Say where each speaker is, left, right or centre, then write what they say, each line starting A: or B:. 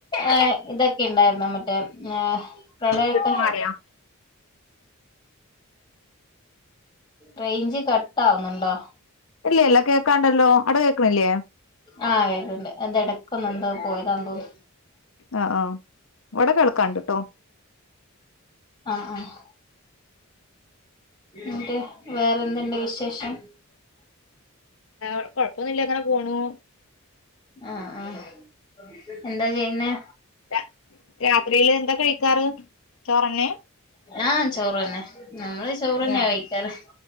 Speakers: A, on the left (about 20°); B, on the left (about 60°).
A: ഏഹ് ഇതൊക്കെ ണ്ടായിരുന്നോ മറ്റേ എഹ് പ്രളയൊക്കെ
B: വീട്ടില് മഴയാ
A: റെയ്ഞ്ച് കട്ട് ആവ്ന്നുണ്ടോ
B: ഇല്ലല്ല കേൾക്കാണ്ടല്ലോ അടെ കേക്ക്‌ണില്ലേ
A: ആഹ് കേക്ക്ണ്ട് അത് എടക്കൊന്ന് എന്തോ പോയതാണ് തോന്ന്
B: ആഹ് ആഹ് ഇവിടെ കേൾക്കാണ്ട്ട്ടോ
A: ആഹ് ആഹ് എന്ന്ട്ട് വേറെന്ത് ണ്ട് വിശേഷം
B: വേർ കൊഴപ്പൊന്നുല്ല്യ അങ്ങനെ പോണു
A: ആഹ് ആഹ് എന്താ ചെയ്യുന്നേ
B: രാ, രാത്രിയില് എന്താ കഴിക്കാറ് ചോറെന്നെ
A: ആഹ് ചോറ് തന്നെ നമ്മള് ചോറ്ന്നെയ്
B: ആ
A: കഴിക്കാറ്